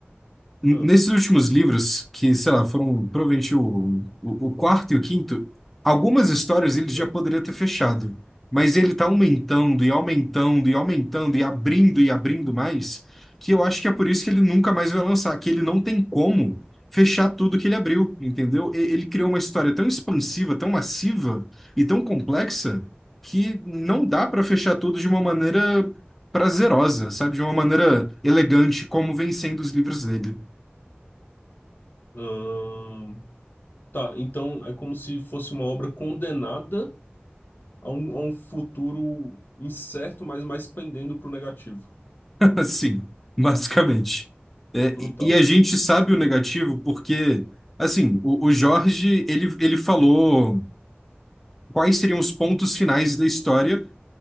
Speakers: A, in the centre; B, on the left.
A: N-
B: Ah,
A: Nesses últimos livros, que, sei lá, foram provavelmente o, o, o quarto e o quinto, algumas histórias ele já
B: tá.
A: poderia ter fechado. Mas ele tá aumentando e aumentando e aumentando e abrindo e abrindo mais, que eu acho que é por isso que ele nunca mais vai lançar, que ele não tem como fechar tudo que ele abriu, entendeu? E- Ele criou uma história tão expansiva, tão massiva e tão complexa que não dá para fechar tudo de uma maneira prazerosa, sabe? De uma maneira elegante, como vem sendo os livros dele.
B: Ahn, tá, então é como se fosse uma obra condenada a um, a um futuro incerto, mas mais pendendo pro negativo.
A: <laughs> Assim, basicamente. É,
B: Brutal.
A: e e a gente sabe o negativo porque, assim, o, o Jorge, ele, ele falou quais seriam os pontos finais da história